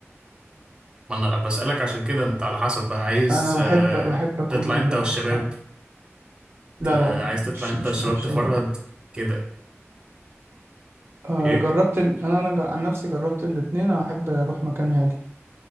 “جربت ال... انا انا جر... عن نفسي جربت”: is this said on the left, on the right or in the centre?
Right